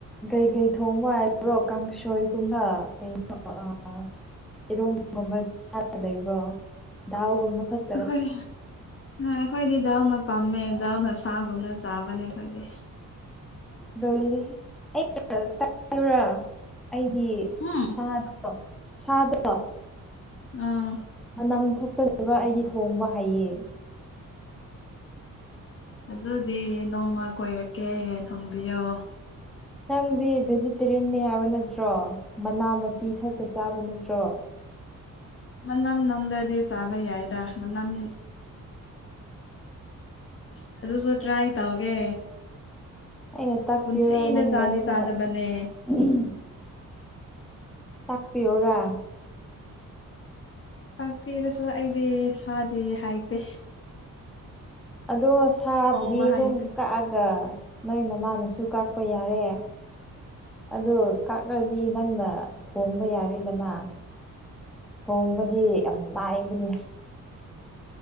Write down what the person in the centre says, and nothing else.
ꯀꯩꯀꯩ ꯊꯣꯡꯕ ꯍꯥꯏꯕ꯭ꯔꯣ ꯀꯥꯡꯁꯣꯏꯒꯨꯝꯕ ꯀꯩꯅꯣ ꯑꯥ ꯏꯔꯣꯡꯒꯨꯝꯕ ꯆꯥꯔ ꯂꯩꯕ꯭ꯔꯣ ꯗꯥꯎꯒꯨꯝꯕ ꯈꯛ
ꯔ ꯑꯩ ꯆ꯭ꯔꯥ ꯑꯩꯗꯤ
ꯁꯥꯗꯣ ꯁꯥꯗꯣ
ꯃꯅꯝ ꯊꯣꯛꯇꯒ ꯑꯩꯗꯤ ꯊꯣꯡꯕ ꯍꯩꯌꯦ
ꯅꯪꯗꯤ ꯚꯦꯖꯤꯇꯦꯔꯤꯌꯟꯅꯤ ꯍꯥꯏꯕ ꯅꯠꯇ꯭ꯔꯣ ꯃꯅꯥ ꯃꯄꯤ ꯈꯛꯇ ꯆꯥꯕ ꯅꯠꯇ꯭ꯔꯣ
ꯑꯩꯅ ꯇꯥꯛꯄꯤꯌꯨꯔꯥ
ꯅꯪꯅ
ꯌꯨꯝꯗ
<unintelligible> ꯇꯥꯛꯄꯤ ꯑꯣꯔ
ꯑꯗꯣ ꯁꯥꯗꯨꯗꯤ
ꯑꯗꯨꯝ
ꯀꯛꯑꯒ ꯅꯣꯏ ꯅꯃꯅꯁꯨ ꯀꯛꯄ ꯌꯥꯔꯦ ꯑꯗꯣ ꯀꯛꯂꯗꯤ ꯅꯪꯅ ꯊꯣꯡꯕ ꯌꯥꯔꯦꯗꯅ ꯊꯣꯡꯕꯗꯤ ꯌꯥꯝ ꯂꯅꯥꯏꯕꯅꯤ